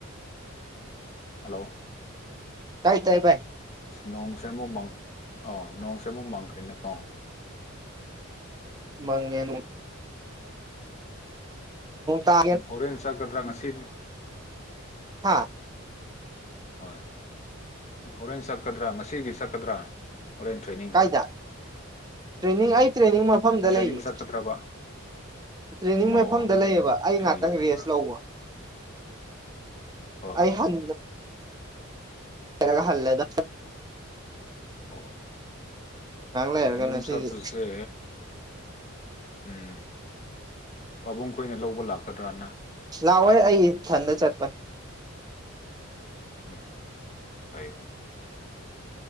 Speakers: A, on the left; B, on the right.
A: ꯍꯜꯂꯣ
B: ꯀꯥꯏ ꯇꯥꯏ ꯥꯏ
A: ꯑꯁ ꯅꯣꯡꯁꯦ ꯑꯃꯨꯛ ꯃꯪ ꯑꯧ ꯅꯣꯡꯁꯦ ꯑꯃꯨꯛ ꯃꯪꯈ꯭ꯔꯤꯅꯦꯀꯣ
B: ꯃꯉꯦꯅꯅꯨꯡ ꯇ
A: ꯎꯝ ꯍꯣꯔꯦꯟ ꯆꯠꯀꯗ꯭ꯔꯥ ꯉꯁꯤꯗꯤ
B: ꯍꯥ
A: ꯍꯣꯏ ꯍꯣꯔꯦꯟ ꯆꯠꯀꯗ꯭ꯔꯥ ꯉꯁꯤꯒꯤ ꯆꯠꯀꯗ꯭ꯔꯥ ꯍꯣꯔꯦꯟ ꯇ꯭ꯔꯦꯅꯤꯡ
B: ꯀꯥꯏꯗ ꯇ꯭ꯔꯦꯅꯤꯡ ꯑꯩ ꯇ꯭ꯔꯦꯅꯤꯡ ꯃꯐꯝꯗ
A: ꯇ꯭ꯔꯦꯅꯤꯡ
B: ꯂꯩꯌꯦ
A: ꯆꯠꯀꯗ꯭ꯔꯕ
B: ꯇ꯭ꯔꯦꯅꯤꯡ
A: ꯑꯣ
B: ꯃꯐꯝꯗ ꯂꯩꯌꯦꯕ ꯑꯩ
A: ꯑꯩꯗꯤ
B: ꯉꯥꯛꯇꯪ
A: ꯌꯨꯝꯕ꯭ꯔꯥ
B: ꯔꯦꯁ ꯂꯧꯕ
A: ꯍꯣꯏ
B: ꯑꯩ
A: ꯍꯣꯏ
B: ꯍꯜ ꯉꯥꯡꯔ ꯍꯜꯗ
A: ꯑꯣ
B: ꯂꯩꯔꯒ
A: ꯑꯣ ꯌꯨꯝꯁꯞꯄꯁꯦ
B: ꯉꯁꯤꯗꯤ
A: ꯎꯝ ꯄꯥꯕꯨꯡ ꯀꯨꯏꯅ ꯂꯧꯕ ꯂꯥꯛꯀꯗ꯭ꯔꯅ
B: ꯂꯥꯛꯑꯣ ꯑꯩ ꯏꯊꯟꯗ ꯆꯠꯄ
A: ꯎꯝ ꯐ ꯍ